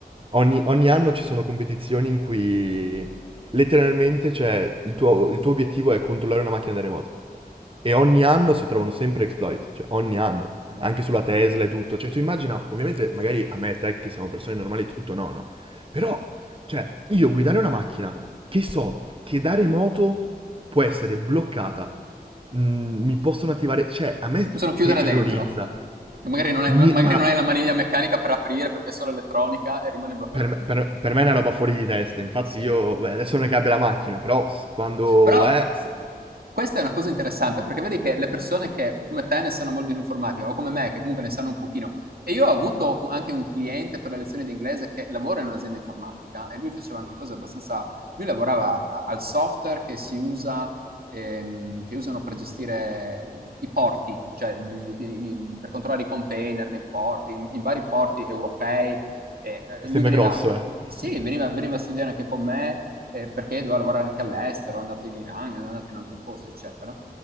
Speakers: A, on the right (about 35°); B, on the right (about 70°).
A: Ogni, ogni anno ci sono competizioni in cui letteralmente, cioè, il tuo, il tuo obiettivo è controllare una macchina da remoto. E ogni anno si trovano sempre exploit, cioè ogni anno,
B: Buono.
A: anche sulla Tesla e tutto. Cioè tu immagina, ovviamente magari a me e te che siamo persone normali e tutto, no, no. Però, cioè, io guidare una macchina che so che da remoto può essere bloccata, mm, mi possono attivare, cioè a me
B: Li possono chiudere
A: terrorizza.
B: dentro. Magari non, hai,
A: Mi-
B: magari
A: ma
B: non hai la maniglia meccanica per aprire perché è solo elettronica e rimane bloccato
A: per me,
B: dentro.
A: per- per me è una roba fuori di testa. Infatti,
B: Sì.
A: io beh, adesso non è che abbia la macchina, però s- quando
B: Però
A: è. s-
B: Questa è una cosa interessante perché vedi che le persone che come te ne sanno molto di informatica o come me che comunque ne sanno un pochino e io ho avuto anche un cliente per le lezioni di inglese che lavora in un'azienda informatica e lui faceva anche cose abbastanza lui lavorava a- al software che si usa ehm, che usano per gestire ehm, i porti, cioè li- li- i- per controllare i container nei porti, in, in vari porti europei. E,
A: <laughs>
B: eh,
A: Sembra
B: lui veniva,
A: grosso, eh.
B: sì,
A: <laughs>
B: veniva, veniva a studiare anche con me eh, perché doveva lavorare anche all'estero, è andato in Iran, è andato in altri posti, eccetera.